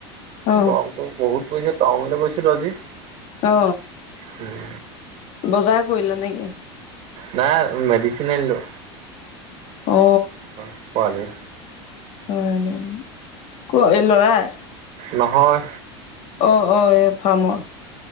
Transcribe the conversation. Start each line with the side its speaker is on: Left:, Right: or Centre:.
Left: অ
Right: গৰমটো বহুত কৈছে টাউনলৈ গৈছিলো আজি
Left: অ
Right: <unintelligible> উম।
Left: বজাৰ কৰিলা নে কি?
Right: নাই, মেডিচিন আনিলো।
Left: অ
Right: অ', পোৱালি।
Left: <unintelligible> ক'ৰ এই ল'ৰাই?
Right: নহয়।
Left: অ' অ', এ ফাৰ্মৰ,